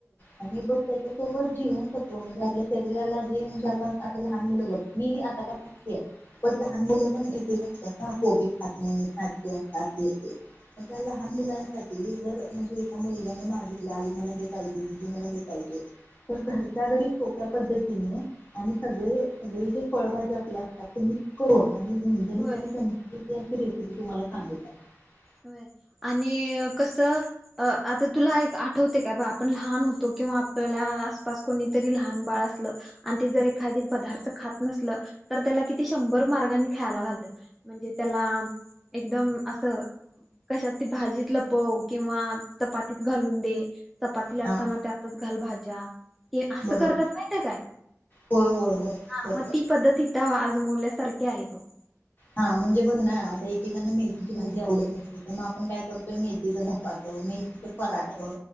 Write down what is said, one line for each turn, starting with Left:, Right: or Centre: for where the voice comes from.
Left: आहे त्याच्याोबत जीवनसत्त्व म्हणजे. आपल्या शरीला जे म्हणजे आप लहान मुल. मी आता काय मोठी हाय. पण लहान मुलं पण एक असतात ना की खात नाही. कात य ते <unintelligible> त्या लहान मुलांसाठी जर म्हणजे एका मुलग्याने मागितल्या आई मला हे पाहिजे. दीदी मला हे पाहिजे. घरच्या
Centre: होय
Left: घरी सोप्या पद्धतीने आणि सगळे-सगळे जे फळभजी आपल्या. मी करून आणि झज
Centre: होय
Left: संस्कृती क रती तुम्हाला सांगित <unintelligible>
Centre: व्हय आणि कस आता तुला एक आठवते काय. बा आपण लहान होतो. किंवा आपल्याला आसपास कोणीतरी लहान बाळ असलं आणि ते जर एखादे पदार्थ खात नसल. तर त्याला किती शंभर मार्गानी खायला घालतात म्हणजे त्याला. एकदम असं. कशात त भाजीत लपव. किंवा चपातीत घालून दे. चपाती लाटताना
Left: हा
Centre: त्यातच घाल भाज्या. असं
Left: बरोबर
Centre: करतात माहिती ते काय.
Left: होय होय होय
Centre: हा
Left: बरोबर
Centre: मग ती पद्धतीत आजमोवल्या - सारखे आहे बघ-
Left: हा म्हणजे बघ ना. आता एकेकांना मेथीची भाजी आवडत नसते. तर मग आपण काय करतोय मेथीचा धपाटं - मेथच पराठ करतो.